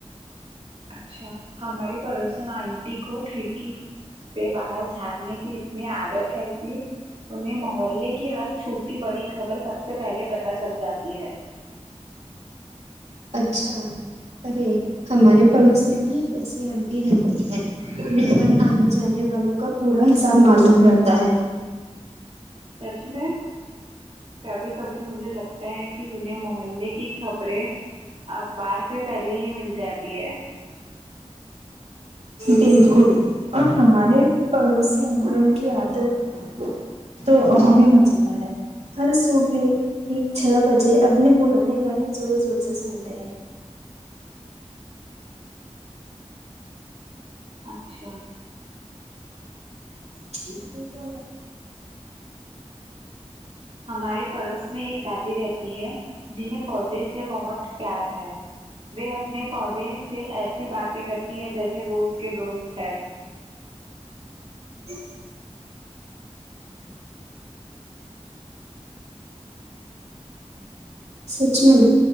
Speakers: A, on the right; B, on the right.
A: اچھا ہمارے پڑوسن آنٹی کو کھڑکی کے باہر جھانکنے کی اتنی عادت ہے کہ انہیں محلے کی ہر چھوٹی بڑی خبر سب سے پہلے پتہ چل جاتی ہے
B: اچھا ارے ہمارے پڑوس میں بھی ایک ایسی آنٹی رہتی ہے انہیں اں آنے جانے والوں کا پورا حساب معلوم رہتا ہے
A: سچ میں کبھی کبھی مجھے لگتا ہے کہ انہیں محلے کی خبریں اخبار سے پہلے ہی مل جاتی ہے
B: بالکل اور ہمارے پڑوسی انکل کی عادت تو اور بھی مزیدار ہے ہر صبح ٹھیک چھ بجے اپنے پرانے گانے زور زور سے سنتے ہیں
A: اچھا
B: پھر <unintelligible>
A: ہمارے پڑوس میں ایک دادی رہتی ہے جنھیں پودے سے بہت پیار ہے وہے اپنے پودے سے ایسے سے باتیں کرتی ہے جیسے وہ اس کے دوست ہے
B: <inaudible> سچ میں